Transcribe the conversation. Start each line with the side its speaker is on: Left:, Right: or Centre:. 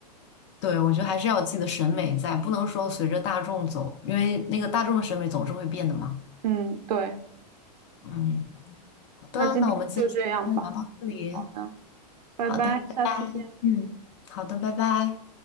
Left: 对，我觉得还是要有自己的审美在，不能说随着大众走，因为那个大众的审美总是会变的嘛。
Right: 嗯，对，
Left: 嗯，好的，
Right: 那今天就这样吧。
Left: 那我们今天先聊到这里。
Right: 好的，拜拜，
Left: 好的，
Right: 下次见。
Left: 嗯，好的，拜拜。